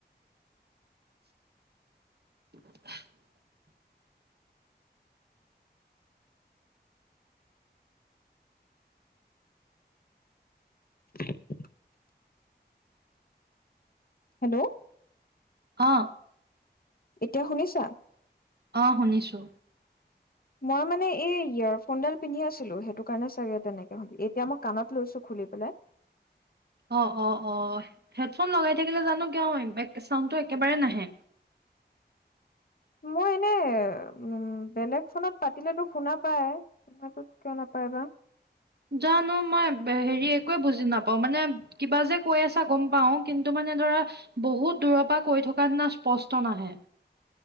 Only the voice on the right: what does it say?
<unintelligible>
অ
অহ শুনিছোঁ।
অহ -অহ-অহ হেডফোন লগাই থাকিলে জানো কিয় বেক চাউণ্ডটো একেবাৰে নাহে।
জানো মই হেৰি একোৱে বুজি নাপাওঁ মানে কিবা যে কৈ আছা গম পাওঁ কিন্তু মানে ধৰা বহুত দূৰৰ পৰা কৈ থকা নিচনা স্পষ্ট নাহে।